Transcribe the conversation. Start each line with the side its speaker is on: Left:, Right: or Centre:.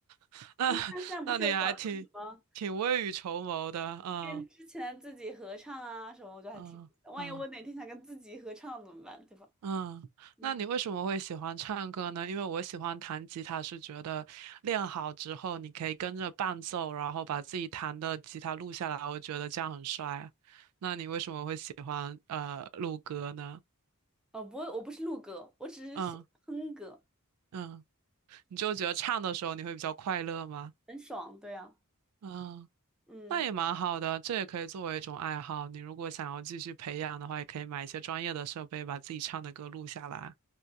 Right: <laughs> 那
Centre: 你看现在不是有搞那种什么
Right: 那你还挺挺未雨绸缪的，嗯
Centre: 跟之前自己合唱啊什么，我就还挺，
Right: 嗯嗯。
Centre: 万一我哪天想跟自己合唱怎么办，对吧？
Right: 嗯，
Centre: 嗯，
Right: 那你为什么会喜欢唱歌呢？因为我喜欢弹吉他，是觉得练好之后，你可以跟着伴奏，然后把自己弹的吉他录下来，我觉得这样很帅。那你为什么会喜欢呃录歌呢？
Centre: 哦，不会，我不是录歌，我只是喜欢哼歌，
Right: 嗯嗯，你就觉得唱的时候你会比较快乐吗？
Centre: 很爽，对呀，
Right: 嗯，
Centre: 嗯
Right: 那也蛮好的，这也可以作为一种爱好。你如果想要继续培养的话，也可以买一些专业的设备，把自己唱的歌录下来，